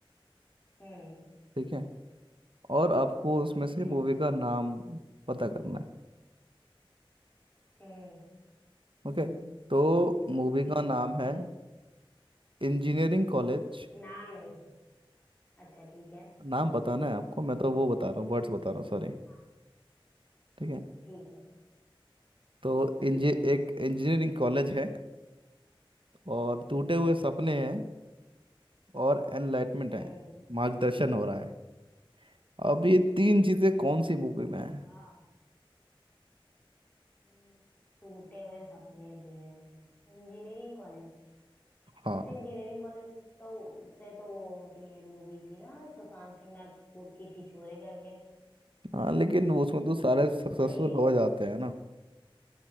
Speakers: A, on the left; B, on the right.
A: हम्म
B: ठीक है और आपको उसमें
A: ठीक
B: से
A: है
B: मूवी का नाम पता करना है
A: हम्म
B: ओके तो मूवी
A: ठीक
B: का नाम
A: है
B: है
A: ठीक है
B: इंजीनियरिंग
A: हम्म
B: कॉलेज
A: नाम नहीं अच्छा ठीक है
B: नाम बताना है आपको मैं तो वो बता रहा हूँ वर्ड्स बता रहा हूँ सॉरी
A: हाँ
B: ठीक है
A: ठीक है
B: तो
A: हम्म
B: इंजी एक इंजीनियरिंग कॉलेज है और टूटे हुए
A: हम्म
B: सपने हैं और एनलाइटमेंट
A: हम्म
B: है मार्गदर्शन हो रहा है अब ये तीन चीजें कौन सी
A: अच्छा
B: मूवी में है
A: हम्म, टूटे हुए सपने भी हैं इंजीनियरिंग कॉलेज
B: हाँ
A: वैसे इंजीनियरिंग कॉलेज तो से तो वो होती है मूवी थी ना सुशांत सिंह राजपूत की छिछोरे करके
B: हाँ लेकिन वो उसमें तो सारे सक्सेसफुल
A: वही है
B: हो
A: क्या
B: जाते हैं ना